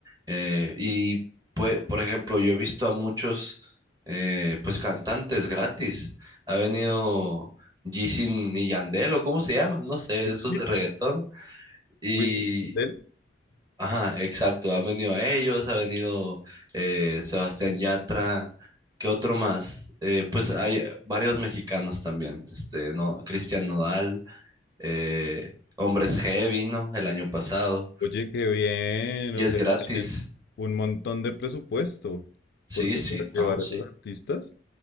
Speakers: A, on the right; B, on the left.
A: eh, y pue- por ejemplo, yo he visto a muchos, eh, pues cantantes gratis, ha venido Jisin y Yandel, o cómo se llaman, no sé,
B: Whitney,
A: esos de reggaetón, y,
B: Whitney, Mandel.
A: ajá, exacto, han venido ellos, ha venido eh, Sebastián Yatra. ¿Qué otro más? Eh, pues hay varios mexicanos también, este, no, Cristian Nodal eh, Hombres G vino el año pasado
B: Oye, qué bien.
A: y
B: O
A: es
B: sea,
A: gratis.
B: que tienen un montón de presupuesto. Porque
A: Sí, sí,
B: para llevar
A: no, sí.
B: a esos artistas.